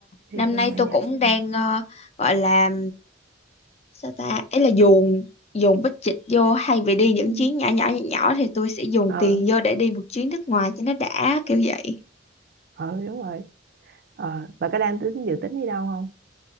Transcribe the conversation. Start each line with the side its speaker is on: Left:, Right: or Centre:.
Right: thì
Left: năm
Right: thường
Left: nay
Right: là
Left: tôi
Right: vậy.
Left: cũng đang
Right: ờ.
Left: ờ, gọi là sao ta ấy là dùng dùng bích dịch vô hay vì đi những
Right: Ừ.
Left: chuyến nhỏ nhỏ nhỏ nhỏ thì tôi sẽ dùng
Right: ờ
Left: tiền vô để đi một chuyến nước ngoài cho nó đã kiểu vậy
Right: ờ đúng rồi ờ bà có đang tính dự tính đi đâu không